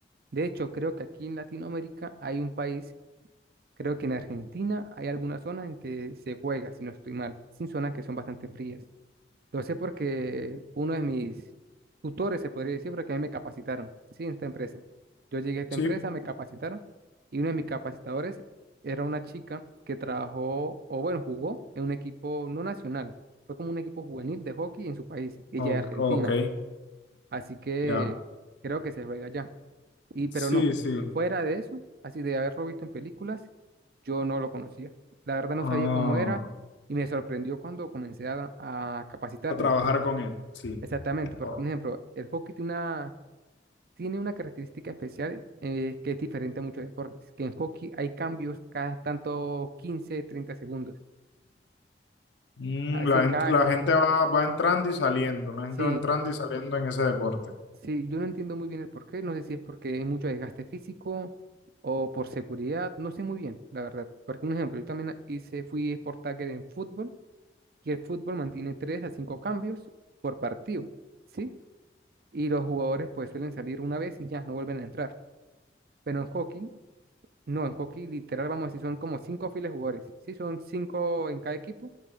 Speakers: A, on the right (about 55°); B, on the left (about 85°).
A: De hecho, creo que aquí en Latinoamérica hay un país, creo que en Argentina hay algunas zonas en que se juega, si no estoy mal, sin zonas que son bastante frías. Lo sé porque uno de mis tutores, se podría decir, porque a mí me capacitaron, sí, en esta empresa. Yo llegué a esta
B: Sí,
A: empresa, me capacitaron y uno de mis capacitadores era una chica que trabajó, o bueno, jugó en un equipo no nacional, fue como un equipo juvenil de hockey en su país, y
B: o-
A: ella es argentina,
B: ok,
A: así que
B: ya.
A: creo que se juega allá. Y,
B: Sí,
A: pero no,
B: sí.
A: fuera de eso, así de haberlo visto en películas, yo no lo conocía. La verdad
B: Ah,
A: no sabía cómo era y me sorprendió cuando comencé a, a capacitarme.
B: a trabajar con él, sí.
A: Exactamente, porque
B: Oh.
A: un ejemplo, el hockey tiene una, tiene una característica especial eh, que es diferente a muchos deportes, que en hockey hay cambios cada tanto 15, 30 segundos.
B: Mm,
A: Así
B: la,
A: cada,
B: gent- la gente va, va entrando y saliendo, la gente
A: sí,
B: va entrando y saliendo en ese deporte.
A: sí, yo no entiendo muy bien el porqué, no sé si es porque hay mucho desgaste físico o por seguridad, no sé muy bien, la verdad. Porque un ejemplo, yo también hice, fui sport tagger en fútbol y el fútbol mantiene 3 a 5 cambios por partido, ¿sí? Y los jugadores pues suelen salir una vez y ya, no vuelven a entrar. Pero en hockey No, en Coqui literal vamos a decir son como cinco filas de jugadores. Sí, son cinco en cada equipo,